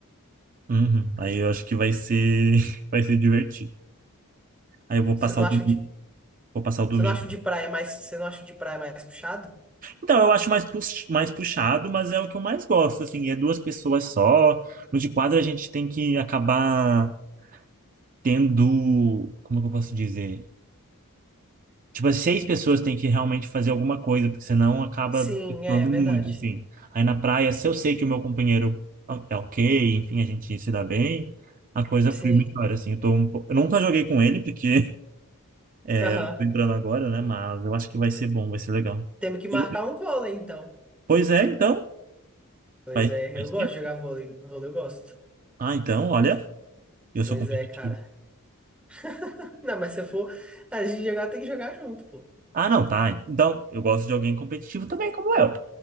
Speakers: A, on the right; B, in the centre.
A: Uhum. Aí eu acho que vai ser <laughs> vai ser divertido. Aí eu vou
B: Você
A: passar
B: não
A: o
B: acha
A: domingo,
B: de,
A: vou passar o domingo
B: você não acha de praia mais, você não acha de praia mais puxado?
A: Então, eu acho mais, pux- mais puxado, mas é o que eu mais gosto, assim, é duas pessoas só. No de quadra a gente tem que acabar tendo, como é que eu posso dizer? Tipo, as seis pessoas têm que realmente fazer alguma coisa, porque senão acaba
B: Sim,
A: flutuando
B: é verdade.
A: muito, assim. Aí na praia, se eu sei que o meu companheiro é ok, enfim, a gente se dá bem, a coisa
B: Sim.
A: flui melhor, assim. Eu tô um pouco... Eu nunca joguei com ele, porque <laughs> é,
B: Aham.
A: eu tô entrando agora, né? Mas eu acho que vai ser bom, vai ser legal.
B: Temos que marcar
A: E-
B: um vôlei, então.
A: Pois é, então,
B: Pois
A: vai
B: é,
A: vai
B: eu
A: ser.
B: gosto de jogar vôlei. Vôlei eu gosto.
A: Ah, então, olha, eu
B: Pois
A: sou competitivo.
B: é, cara. <laughs> Não, mas se eu for a gente jogar, tem que jogar junto, pô.
A: Ah, não, tá. Então, eu gosto de alguém competitivo também, como eu.